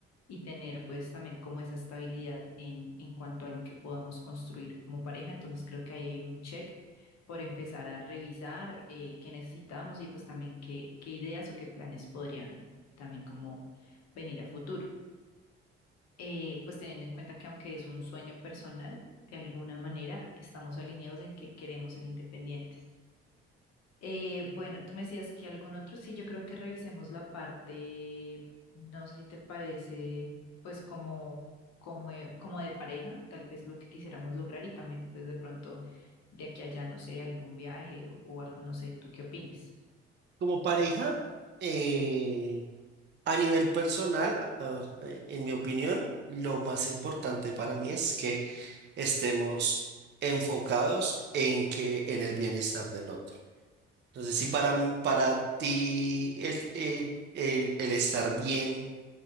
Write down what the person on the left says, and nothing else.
y tener, pues, también como esa estabilidad en, en cuanto a lo que podamos construir como pareja. Entonces, creo que ahí hay un check. por empezar a revisar eh, qué necesitamos y pues también qué, qué ideas o qué planes podrían también como venir a futuro eh, pues teniendo en cuenta que aunque es un sueño personal, de alguna manera estamos alineados en que queremos ser independientes. Eh, bueno, tú me decías que algún otro, sí, yo creo que revisemos la parte, no sé si te parece, pues como, como, eh, como de pareja, tal vez lo que quisiéramos lograr y también pues de pronto de aquí a allá, no sé, algún viaje o algo, no sé, ¿tú qué opinas?